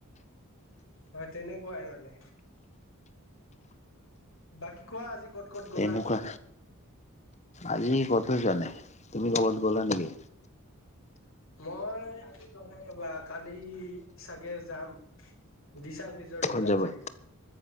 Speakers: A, on the left; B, on the left.
A: হয় তেনেকুৱাই মানে। বাকী কোৱা আজি? ক'ত ক'ত গ'লা
B: তেনেকুৱা। আজি ক'তো যোৱা নাই, তুমি ক'ৰবাত গ'লা নেকি?
A: মই কালি চাগে যাম দিচাং ৰিজৰ্ট। দিচাং ৰিজৰ্ট
B: ক'ত
A: যাম
B: যাবা
A: চাগে,